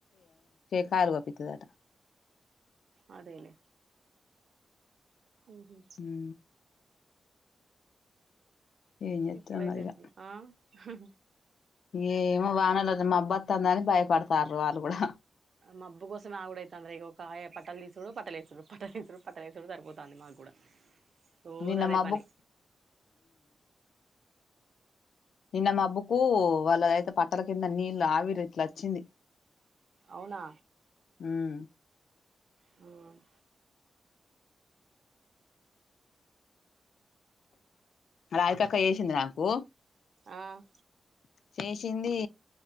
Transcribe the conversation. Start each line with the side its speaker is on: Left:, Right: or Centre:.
Left: కాయలు కోపిస్తాదట
Right: అదేలేే ఉహు
Left: ఉమ్, ఏం చేత్తదో
Right: ఎప్పుడైతేనేంలే
Left: మరి ఇగ
Right: ఆ హ
Left: ఏమో వానలు మబ్బత్ అత్తాందని భయపడతారు వాళ్ళు కూడా
Right: మబ్బు కోసం ఆగుడ అయితు అండ్రు ఒక పట్టలు తీసుడు పట్టలు వేసుడు పట్టలు తీసుడు పట్టలు వేసుడు సరిపోతాంది మాకు కూడా రోజు
Left: నిన్న
Right: అదే
Left: మ
Right: పని
Left: బ్బు క్ నిన్న మబ్బుకు వాళ్ళ ద అయితే పట్టల కింద నీళ్ళు ఆవిరిట్ల వచ్చింది
Right: అవునా
Left: ఉమ్
Right: హమ్
Left: రాధికక్క చేసింది నాకు
Right: ఆ
Left: చేసింది